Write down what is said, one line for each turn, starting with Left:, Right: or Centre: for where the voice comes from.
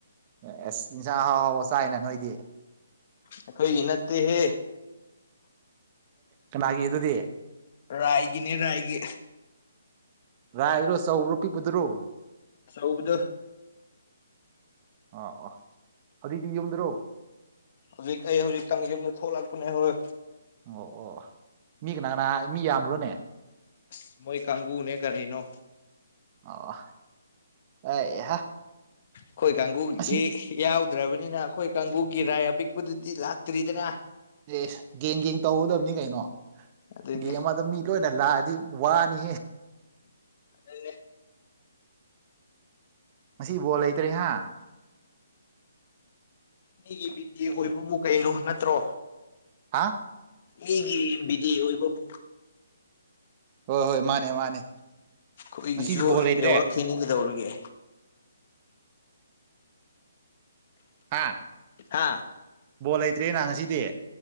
Right: ꯑꯦꯁ ꯏꯟꯁꯥꯡ ꯍꯥꯎ ꯍꯥꯎ ꯆꯥꯏꯅ ꯅꯣꯏꯗꯤ
Left: ꯑꯩꯈꯣꯏꯒꯤ ꯅꯠꯇꯦꯍꯦ
Right: ꯑꯦꯒꯤꯦ ꯏꯗꯨꯗꯤ
Left: ꯔꯥꯏꯒꯤꯅꯦ ꯔꯥꯏꯒꯤ
Right: ꯔꯥꯏꯔꯣ ꯆꯧ ꯔꯨꯄꯤ ꯄꯨꯗ꯭ꯔꯣ
Left: ꯁꯧꯕꯨꯗꯨ
Right: ꯑꯥ ꯑ ꯑꯗꯨꯗꯤ ꯌꯨꯝꯗ꯭ꯔꯣ
Left: ꯍꯧꯖꯤꯛ ꯑꯩ ꯍꯧꯖꯤꯛ ꯇꯪꯖꯝꯗ ꯊꯣꯛꯂꯛꯄꯅꯦ ꯍꯣꯏ
Right: ꯑꯣ ꯑꯣ ꯃꯤ ꯀꯅꯥꯅꯍ ꯃꯤ ꯌꯥꯝꯕ꯭ꯔꯣꯅꯦ
Left: ꯑꯁ ꯃꯣꯏ ꯀꯥꯡꯒꯕꯨꯅꯦ ꯀꯔꯤꯅꯣ
Right: ꯑ ꯑꯦꯍ
Left: ꯑꯩꯈꯣꯏ ꯀꯥꯡꯕꯨꯒꯤꯗꯤ
Right: ꯑꯁꯤ
Left: ꯌꯥꯎꯗ꯭ꯔꯕꯅꯤꯅ ꯑꯩꯈꯣꯏ ꯀꯥꯡꯕꯨꯒꯤ ꯔꯥꯏ ꯑꯄꯤꯛꯄꯗꯨꯗꯤ ꯂꯥꯛꯇ꯭ꯔꯤꯗꯅ
Right: ꯑꯦ ꯒꯦꯡ ꯒꯦꯡ ꯇꯧꯍꯗꯕꯅꯤ ꯀꯩꯅꯣ
Left: ꯑꯗꯨꯅꯦ
Right: ꯒꯦꯡ ꯑꯃꯗ ꯃꯤ ꯂꯣꯏꯅ ꯂꯥꯛꯑꯗꯤ ꯋꯥꯅꯤ
Left: ꯑꯦ
Right: ꯉꯁꯤ ꯕꯣꯜ ꯂꯩꯇ꯭ꯔꯦ ꯍꯥ
Left: ꯃꯤꯒꯤ ꯕꯤꯇꯤ ꯑꯣꯏꯕꯕꯨ ꯀꯩꯅꯣ ꯅꯠꯇ꯭ꯔꯣ
Right: ꯍꯥ
Left: ꯍꯒꯤ ꯕꯤꯗꯤ ꯑꯣꯏꯕꯕꯨ
Right: ꯍꯣꯏ ꯍꯣꯏ ꯃꯥꯅꯦ ꯃꯥꯅꯦ
Left: ꯑꯩꯈꯏꯒꯤꯁꯨ
Right: ꯉꯁꯤꯗꯤ ꯕꯣꯜ ꯂꯩꯇ꯭ꯔꯦ
Left: ꯌꯧꯔꯛꯈꯤꯅꯤ ꯀꯩꯗꯧꯔꯒꯦ
Right: ꯍꯥ
Left: ꯍꯥꯥ
Right: ꯕꯣꯜ ꯂꯩꯇ꯭ꯔꯦ ꯅ ꯉꯁꯤꯗꯤ